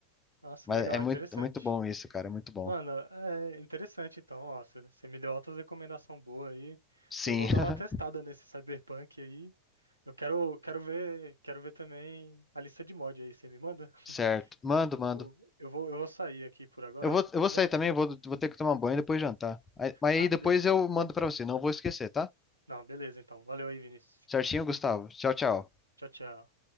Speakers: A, on the right; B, on the left.
A: Nossa,
B: Mas
A: legal,
B: é muito,
A: interessante.
B: é muito bom isso, cara, é muito bom.
A: Mano, é interessante então, ó, você você me deu altas recomendação boa aí.
B: Sim,
A: Eu vou dar
B: <laughs>
A: uma testada nesse Cyberpunk aí. Eu quero, quero ver, quero ver também a lista de mod aí, você me manda?
B: certo. Mando,
A: Eu,
B: mando.
A: eu vou, eu vou sair aqui por agora,
B: Eu vou, eu
A: tudo
B: vou sair
A: bem?
B: também, vou, vou ter que tomar um banho e depois jantar. Aí- Mas
A: Ah,
B: aí depois
A: beleza.
B: eu mando pra você, não vou esquecer, tá?
A: Não, beleza então. Valeu aí, Vinícius.
B: Certinho, Gustavo? Tchau, tchau.
A: Tchau, tchau.